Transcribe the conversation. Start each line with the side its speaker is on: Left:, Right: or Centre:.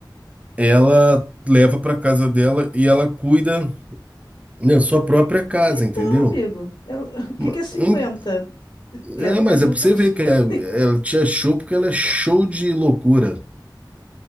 Right: ela leva para casa dela e ela cuida na sua própria casa,
Left: Então,
Right: entendeu?
Left: amigo, ela- <laughs> o que
Right: Ma-
Left: que é 50?
Right: em- É,
Left: Leva mais
Right: mas é
Left: um,
Right: pra
Left: fica
Right: você
Left: com
Right: ver
Left: 50.
Right: que é- ela te achou porque ela é show de loucura.